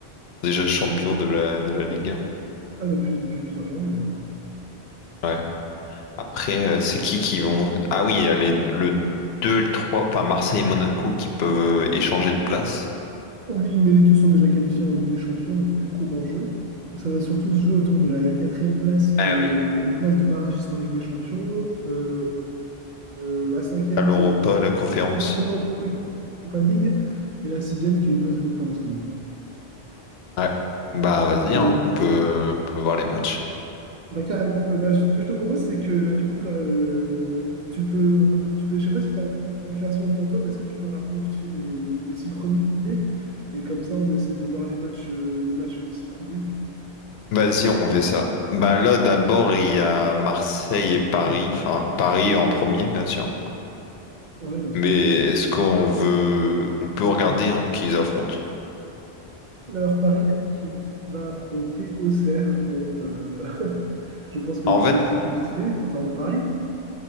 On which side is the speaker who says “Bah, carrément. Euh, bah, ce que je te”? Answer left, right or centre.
Right